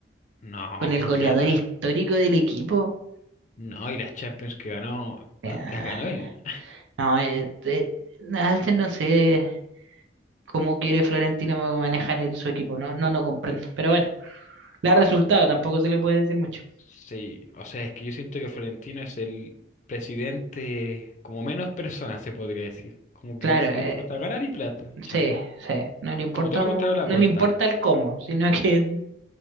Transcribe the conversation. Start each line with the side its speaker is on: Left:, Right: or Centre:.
Left: No,
Right: con el
Left: pues
Right: goleador
Left: nada.
Right: histórico del equipo.
Left: No, y las Champions que ganó,
Right: Ya.
Left: <laughs> las ganó él.
Right: No, eh, te- Alten no sé cómo quiere Florentino manejar el- su equipo, no, no lo comprendo. Pero bueno, le ha resultado, tampoco se le puede decir mucho.
Left: Sí, o sea, es que yo siento que Florentino es el presidente como menos personas, se podría decir. Como
Right: Claro,
Left: que a él
Right: eh,
Left: le importa ganar y plata, chao.
Right: sí, sí, no le importa,
Left: Como todo lo
Right: mu-
Left: contrario a Laporta.
Right: no le importa el cómo, sino que,